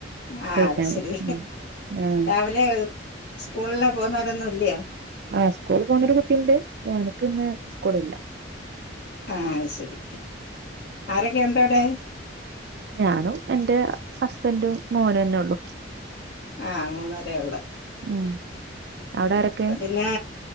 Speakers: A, on the left; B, on the right.
A: ആഹ്
B: കഴിക്കാന്
A: അത് ശരി
B: ഉം ആഹ്
A: രാവിലെ സ്കൂളിലെ പോന്നാരൊന്നും ഇല്യോ
B: ആഹ് സ്കൂൾ പോണ് ഒരു കുട്ടിയുണ്ട്, എനക്ക് ഇന്ന് സ്കൂളില്ല.
A: ആഹ് അത് ശരി, ആരൊക്കെ ഉണ്ടോ അവിടെ?
B: ഞാനും എന്റെ ഹുസ്ബൻഡും മോനും തന്നെ ഉള്ളു.
A: ആഹ് മൂന്ന് പേരെയുള്ളൂ.
B: ഉം അവിടെ
A: ഉം
B: ആരൊക്കെ
A: അപ്പൊ പിന്നെ.